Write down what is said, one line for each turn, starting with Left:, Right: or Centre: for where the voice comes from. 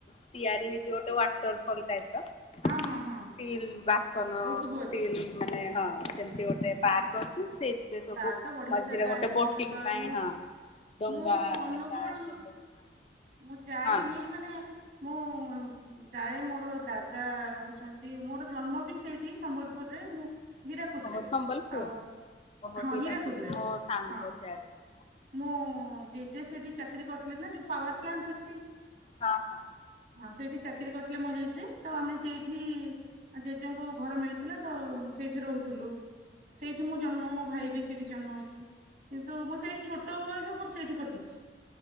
Left: ତିଆରି ହେଇଛି ଗୋଟେ ୱାଟର ଫଲ ଟାଇପ ର।
Right: ହଁ ହଁ ହଁ
Left: ଷ୍ଟିଲ୍
Right: ହଁ
Left: ବାସନ
Right: ଏଇ ସବୁ
Left: ଷ୍ଟିଲ
Right: ଅଛି
Left: ମାନେ ହଁ ସେମିତି ଗୋଟେ ଗୋଟେ ପାର୍କ ଅଛି ସେଇଥିରେ ସବୁ
Right: ତାହେଲେ ତ ବଢିଆ
Left: ମଝିରେ
Right: ଜାଗା
Left: ଗୋଟେ
Right: ଅଛି
Left: ବୋଟିଂ
Right: ମୁଁ କେତେବେଳେ
Left: ପାଇଁ
Right: ମୁଁ
Left: ହଁ ଡଙ୍ଗା
Right: ମୁଁ ଅନୁଗୁଳ
Left: ହେକା ଚଲେଇବା ପାଇଁ
Right: ମୁଁ ଯାଇନି
Left: ହଁ
Right: ମାନେ ମୁଁ ଯାଏ ମୋର ଦା ଦା ରହୁଛନ୍ତି ମୋର ଜନ୍ମ ବି ସେଇଠି ସମ୍ବଲପୁରରେ ମୁଁ ହୀରାକୁଦରେ
Left: ଓହୋ ସମ୍ବଲପୁରରେ
Right: ଆଉ
Left: ଓହୋ
Right: ହଁ
Left: ହୀରାକୁଦ
Right: ହୀରାକୁଦରେ
Left: ମୋ ସାଙ୍ଗ
Right: ହଁ
Left: ସିଆଡେ ରହେ
Right: ମୋ ଜେଜେ ସେଇଠି ଚାକିରି କରିଥିଲେ ନା ଯୋଉ ପାୱାର ପ୍ଲାଣ୍ଟ ଅଛି
Left: ହଁ ହଁ।
Right: ହଁ ସେଇଠି ଚାକିରି କରିଥିଲେ ମୋ ଜେଜେ ତ ଆମେ ସେଇଠି ଆ ଜେଜେଙ୍କୁ ଘର ମିଳିଥିଲା ତ ସେଇ ସେଠି ରହୁଥିଲୁ ସେଇଠି ମୁଁ ଜନ୍ମ ମୋ ଭାଇ ବି ସେଇଠି ଜନ୍ମ ହେଇଛି। କିନ୍ତୁ ମୁଁ
Left: ହଁ।
Right: ସେଇଠି ଛୋଟ ଟ ବୟସ ମୋର ସେଇଠି କଟିଛି।